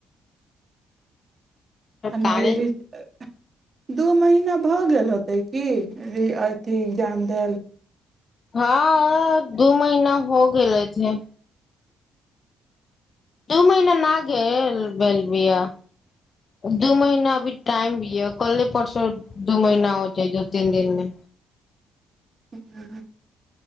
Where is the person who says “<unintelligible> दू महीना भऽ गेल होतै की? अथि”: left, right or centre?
Right